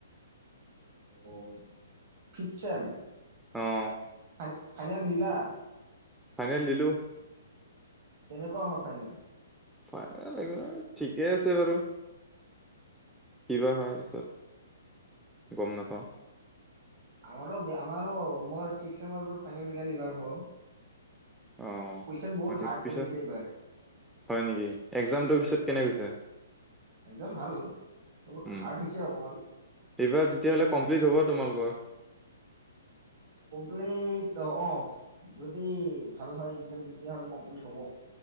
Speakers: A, on the right; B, in the centre.
A: অ', ফিফ্‌ট চেম।
B: অ'।
A: ফাই-ফাইনেল দিলা?
B: ফাইনেল দিলো।
A: কেনেকুৱা হ'ল ফাইনেল?
B: ফাইনেল <unintelligible> ঠিকেই আছে বাৰু কিবা হয় পিছত? গম নাপাওঁ।
A: আমাৰো আমাৰো মোৰ ছিক্স ফাইনেল গেল এইবাৰ মোৰ।
B: অ
A: কুৱেশ্যন বহুত
B: হয়
A: হাৰ্ড
B: পিছত
A: কাটিছে এইবাৰ।
B: হয় নেকি, এক্জামটোৰ পিছত কেনে কৈছ <unintelligible>
A: একদম ভাল, অলপ
B: উম
A: হাৰ্ড হৈছে অকণমান।
B: এইবাৰ তেতিয়াহ'লে কমপ্লিট হ'ব তোমালোকৰ।
A: কমপ্লিট অ', যদি ভাল হয় ৰিজাল্ট তেতিয়াহ'লে কমপ্লিট হ'ব।